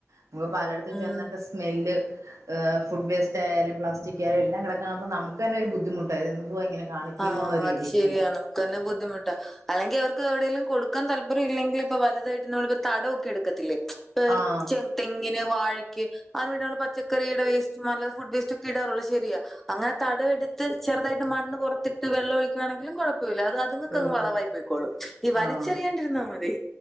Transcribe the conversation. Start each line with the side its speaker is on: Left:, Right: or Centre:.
Right: നമക്ക് പലയിടത്തും
Centre: ഉം
Right: ചെന്നിട്ട് സ്മെല്ല് ഇഹ് ഫുഡ് വേസ്റ്റായാലും പ്ലാസ്റ്റിക്കാ യാലും എല്ലാം കിടക്ക്ണാണുമ്പൊ നമുക്ക് തന്നെ ഒരു ബുദ്ധിമുട്ട, ഇതെന്തുവാ ഇങ്ങനെ കാണിക്കുന്നുള്ള
Centre: ആഹ്
Right: രീതിക്ക്
Centre: അത് ശരിയാ. നമുക്കന്നെ ബുദ്ധിമുട്ടാ അല്ലെങ്കി അവർക്ക് എവിടെയെലും കൊടുക്കാൻ താല്പര്യഇല്ലെങ്കിപ്പൊ വലുതായിട്ട് നമ്മളിപ്പൊ തടം ഒക്കെ എടുക്കത്തില്ലേ <unintelligible>
Right: ആഹ്
Centre: തെങ്ങിന് വാഴക്ക് അതിന് വീട്ടിലുള്ള പച്ചക്കറിയിടെ വേസ്റ്റും അല്ലെ ഫുഡ് വേസ്റ്റൊക്കെ ഇടാറുള്ളൂ ശരിയ അങ്ങനെ തടവെടുത്ത് ചെറുതായിട്ട് മണ്ണ് പൊറത്തിട്ട് വെള്ളം ഒഴിക്കുവാണെങ്കിലും കൊഴപ്പവില്ല അത് അ തുങ്ങക്കങ്ങ്
Right: കുഴപ്പമില്ല.
Centre: വളവായി പൊയ്ക്കോളും. ഈ
Right: ആഹ്
Centre: വലിച്ചെറിയാണ്ടിരുന്നാ മതി